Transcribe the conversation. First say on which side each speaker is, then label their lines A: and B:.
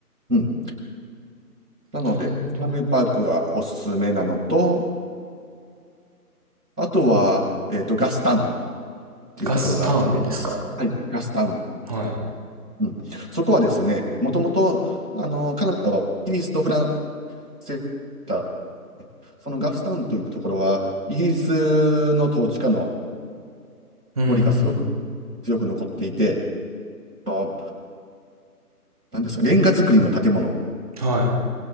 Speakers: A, on the right; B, on the right.
A: うん。なので、
B: るほど。
A: スタンレーパークがおすすめなのと、あとは、えっと、ガスタウンっていうところがあって、
B: ガスタウンですか
A: はい、ガスタウン。
B: はい。
A: うん、そこはですね、もともとあのカナダはイギリスとフランスだそのガフスタウンというところは、イギリスの統治下の
B: うん。
A: 残りがすごく強く残っていて、あのなんですか、レンガ造りの建物
B: はい。